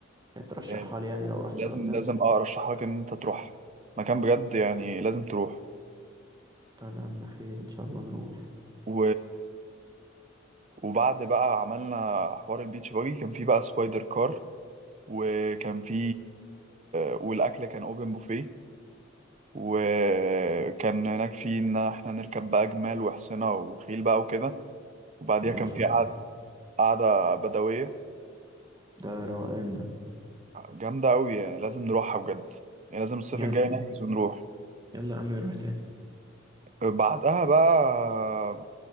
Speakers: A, on the right (about 20°); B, on the right (about 35°).
A: يعني ترشحها
B: آه،
A: لي يعني لو رحت
B: لازم
A: الغردقة
B: لازم اه ارشح لك ان انت تروح مكان بجد يعني لازم تروح
A: طيب يا عم خير ان شاء الله نروح
B: و... وبعد بقى عملنا حوار البيتش باجي كان في بقى سبايدر كار وكان في آه، والاكل كان اوبن بوفيه وكان هناك في ان احنا نركب بقى جمال وحصنة وخيل بقى وكده وبعديها
A: ايوه
B: كان
A: فاهم
B: في قعد- قعدة بدوية
A: ده روقان ده
B: جامدة أوي يعني لازم نروحها بجد يعني لازم الصيف
A: يلا
B: الجاي نحجز ونروح
A: يلا يا عم نروح تاني
B: بعدها بقى